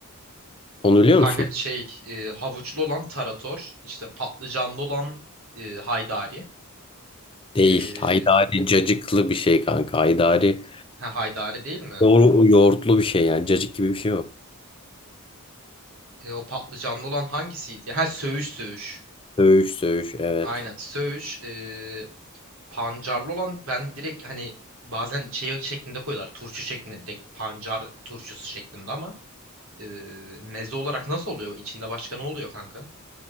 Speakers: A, on the left; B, on the right.
A: Onu biliyor
B: Kanka
A: musun?
B: şey e, havuçlu olan tarator, işte patlıcanlı olan e, haydari.
A: Değil.
B: E,
A: Haydari cacıklı bir şey kanka. Haydari
B: ha, haydari değil mi?
A: yoğur- yoğurtlu bir şey yani. Cacık gibi bir şey o.
B: E, o patlıcanlı olan hangisiydi? Ha söğüş söğüş.
A: Söğüş söğüş evet.
B: Aynen söğüş. E, pancarlı olan ben direkt hani bazen şey şeklinde koyuyorlar. Turşu şeklinde direkt pancar turşusu şeklinde ama e, meze olarak nasıl oluyor? İçinde başka ne oluyor kanka?